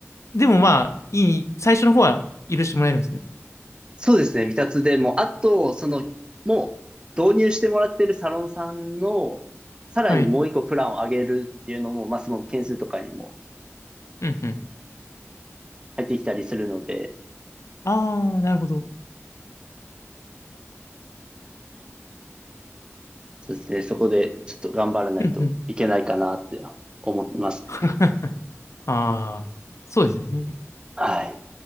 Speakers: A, on the left (about 80°); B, on the right (about 20°).
A: でもまあ、いい、最初の方は許してもらえるんですね。
B: そうですね、未達でも、あと、その、もう導入してもらってるサロンさんの、さらにもう一個プランを上げるっていうのも、
A: はい。
B: まあ、その件数とかにも
A: うんうん。
B: 入ってきたりするので、
A: ああ、なるほど。
B: そうですね、そこでちょっと頑張らないといけないかなって思ってますね。
A: うんうん。<laughs> ああ、そうですよね。
B: はい。